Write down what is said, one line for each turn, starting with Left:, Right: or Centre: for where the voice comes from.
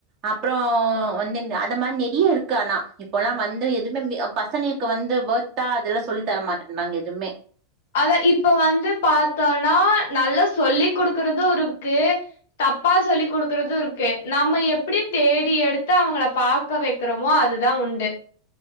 Right: அப்றோ வந்துன்னு அந்த மார் நெறிய இருக்கு ஆனா இப்போலா வந்து எதுமே மி அப் பசங்ளுக்கு வந்து வொர்த்தா அதெல்லா சொல்லி தர மாட்டன்றாங்க எதுமே
Left: அத இப்ப வந்து பாத்தோன்னா நல்லா சொல்லி் குடுக்கறது இருக்கு தப்பா சொல்லி் குடுக்கறது இருக்கு நம்ம எப்பிடி தேடி எடுத்து அவங்கள பாக் க வெக்கறமோ அதுதா உண்டு